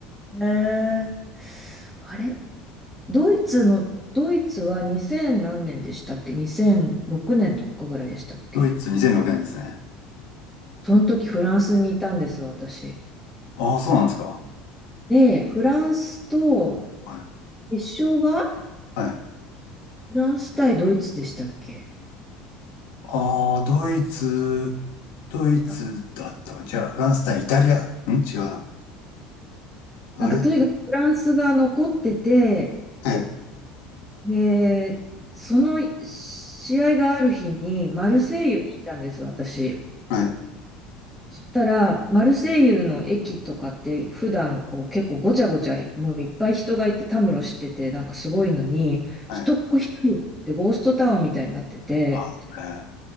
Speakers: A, in the centre; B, on the left.
A: えー、あれドイツの、ドイツは2000何年でしたっけ ?2006 年とかぐらいでしたっけ
B: ドイツ2006年ですね。
A: その時フランスにいたんです、私。
B: ああ、そうなんですか。
A: で、フランスと、
B: は
A: 決勝が
B: い。はい。
A: フランス対ドイツでしたっけ
B: ああ、ドイツ、ドイツだったかな。
A: た
B: 違う、フランス対イタリア。ん違うな。あれ
A: なんかとにかくフランスが残ってて、
B: はい。
A: で、その試合がある日にマルセイユにいたんです、
B: うん
A: 私。
B: はい。
A: そしたら、マルセイユの駅とかって普段こう結構ごちゃごちゃ、もういっぱい人がいてたむろしてて、なんかすごいのに、
B: はい。
A: 一っ子一人でゴーストタウンみたいになってて、
B: ああ、ね